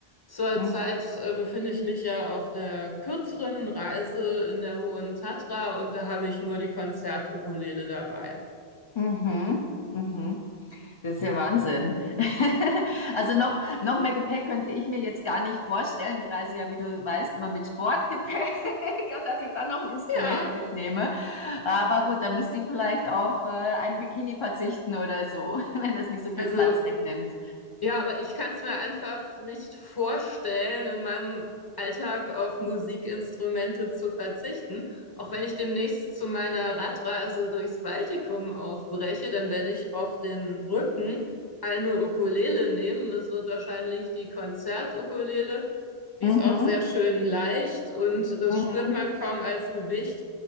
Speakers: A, on the left; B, on the left.
A: Zurzeit
B: Mhm,
A: äh, befinde ich mich ja auf der kürzeren Reise in der Hohen Tatra und da habe ich nur die Konzertukulele dabei.
B: mhm. mhm. Das ist ja Wahnsinn. <laughs> Also noch, noch mehr Gepäck könnte ich mir jetzt gar nicht vorstellen. Ich reise ja, wie du weißt, immer mit Sportgepäck <laughs> und dass ich dann noch ein Instrument
A: Ja,
B: mitnehme. Aber gut, da müsste ich vielleicht auf äh, einen Bikini verzichten oder so, <laughs> wenn das nicht so viel
A: also
B: Platz wegnimmt.
A: Ja, aber ich kann es mir einfach nicht vorstellen, in meinem Alltag auf Musikinstrumente zu verzichten. Auch wenn ich demnächst zu meiner Radreise durchs Baltikum aufbreche, dann werde ich auf den Rücken eine Ukulele nehmen. Es wird wahrscheinlich die Konzertukulele. Die
B: Mhm,
A: ist auch sehr schön leicht und das
B: mhm,
A: spürt man kaum als Gewicht.